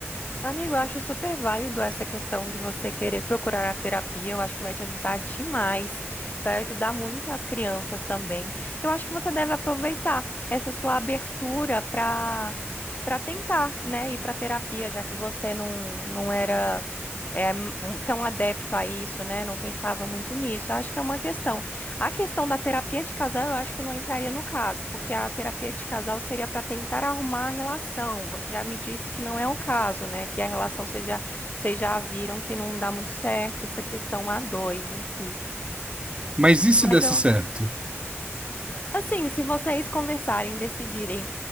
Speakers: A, on the left (about 35°); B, on the right (about 25°).
A: Amigo, eu acho super válido essa questão de você querer procurar a terapia. Eu acho que vai te ajudar demais. Vai ajudar muito as crianças também. Eu acho que você deve aproveitar essa sua abertura para para tentar, né, ir para terapia, já que você não, não era é, um- tão adepto a isso, né? Não pensava muito nisso. Eu acho que é uma questão. A questão da terapia de casal, eu acho que não entraria no caso, porque a terapia de casal seria para tentar arrumar a relação. Você já me disse que não é o caso, né? Que a relação vocês já, vocês já viram que não dá muito certo, essa questão a dois em si.
B: Mas e se
A: Mas
B: desse
A: eu,
B: certo?
A: assim, se vocês conversarem, decidirem